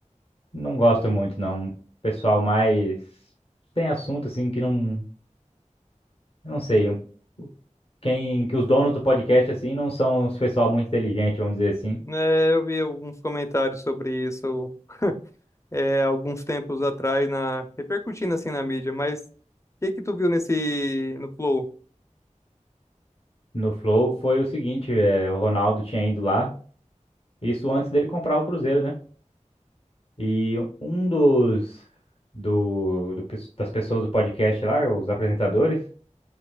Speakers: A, on the left; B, on the left.
A: Não gosto muito, não. Um Pessoal mais sem assunto, assim, que não. Não sei. um- Quem, que os donos do podcast, assim, não são os pessoal muito inteligente, vamos dizer assim.
B: É, eu vi alguns comentários sobre isso <laughs> é, alguns tempos atrás, na, repercutindo assim na mídia, mas o que que tu viu nesse, no Flow?
A: No Flow foi o seguinte: é, o Ronaldo tinha ido lá, isso antes dele comprar o Cruzeiro, né? E um dos. Do, do pes- das pessoas do podcast lá, os apresentadores,